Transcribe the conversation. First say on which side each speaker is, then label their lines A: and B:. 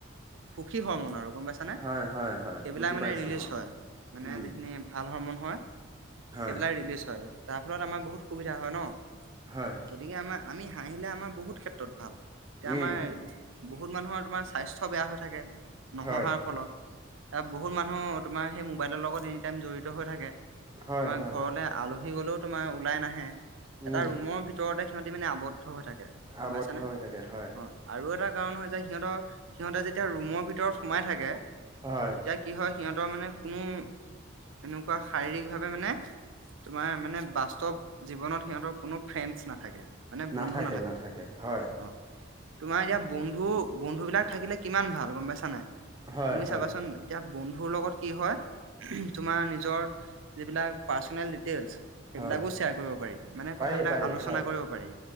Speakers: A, on the right; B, on the right.
A: সুখী হয় মন আৰু গম পাই- ছনে।
B: হয়, হয়, হয়
A: সেই বিলাক
B: বুজি
A: মানে
B: পাইছো
A: ৰিলিচ
B: অ',
A: হয়। মানে
B: উম।
A: যিখিনি, ভাল হৰমন হয়,
B: হয়,
A: সেইবিলাক ৰিলিজ হয়। তাৰ ফলত আমাৰ বহুত সুবিধা হয় ন।
B: হয়।
A: গতিকে আমাৰ আমি হাঁহিলে আমাৰ বহুত ক্ষেত্ৰত ভাল। এতিয়া
B: উম,
A: আমাৰ, বহুত মানুহৰ তোমাৰ স্বাস্থ্য বেয়া হৈ থাকে। নহঁহাৰ
B: হয়,
A: ফলত। ত বহুত মানুহ তোমাৰ সেই মোবাইলৰ লগত এনি টাইম জড়িত হৈ থাকে।
B: হয়,
A: তোমাৰ
B: হয়,
A: ঘৰলে আলহী গলেও তোমাৰ ওলাই নাহে।
B: উম,
A: এটা ৰুমৰ ভিতৰত ভিতৰতে সিহঁতি মানে আৱদ্ধ হৈ থাকে। গম
B: আৱদ্ধ
A: পাইছনে?
B: হৈ থাকে হয়।
A: অ আৰু এটা কাৰণ হয় যে সিহঁতৰ, সিহঁতে যেতিয়া ৰুমৰ ভিতৰত সোমাই থাকে। তেতিয়া,
B: হয়,
A: কি হয় সিহঁতৰ মানে কোনো এনেকুৱা শাৰীৰিক ভাৱে মানে, তোমাৰ মানে বাস্তৱ জীৱনত সিহঁতৰ কোনো ফ্ৰেণ্ডছ নাথাকে। মানে
B: নাথাকে
A: বন্ধু
B: নাথাকে হয়।
A: অ তোমাৰ এতিয়া বন্ধু বন্ধু বিলাক থাকিলে কিমান ভাল। গম পাইছা নাই?
B: হয়,
A: তুমি
B: হয়,
A: চাবাচোন এতিয়া বন্ধুৰ লগত কি হয়, উমহ তোমাৰ নিজৰ যিবিলাক, পাৰ্চনেল ডিটেইলচ সেইবিলাকো
B: হয়,
A: শ্বেয়াৰ কৰিব পাৰি। মানে
B: পাৰি,
A: কথাবিলাক
B: পাৰি
A: আলোচনা
B: হয়,
A: কৰিব পাৰি।